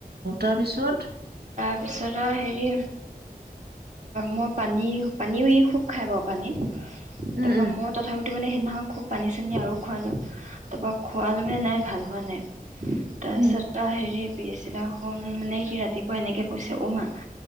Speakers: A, on the right (about 90°); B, on the right (about 50°).
A: তাৰপিছত
B: তাৰপিছত আৰু হেৰি মই পানী পানীও খুব খাই বাৰু ই পানী
A: উম
B: তাৰ পৰা
A: উম
B: মই তথাপিতো মানে নহয় খুব পানী চানী আৰু খোৱালোঁ তাৰপৰা খোৱালে নাই ভাল হোৱা নাই তাৰপিছত
A: উম
B: হেৰি পিছদিনাখন মানে সি ৰাতিপুৱা এনেকৈ কৈছে অ মা